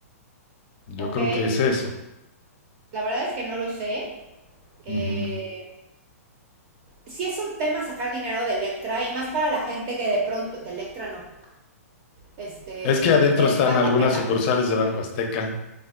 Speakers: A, on the left; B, on the right.
A: Yo
B: Ok,
A: creo que es eso.
B: la verdad es que no lo sé. Eh,
A: Ujú.
B: sí es un tema sacar dinero de Electra y más para la gente que de pronto, de Electra no, este,
A: Es que adentro
B: de
A: están
B: Banco
A: algunas
B: Azteca.
A: sucursales de Banco Azteca.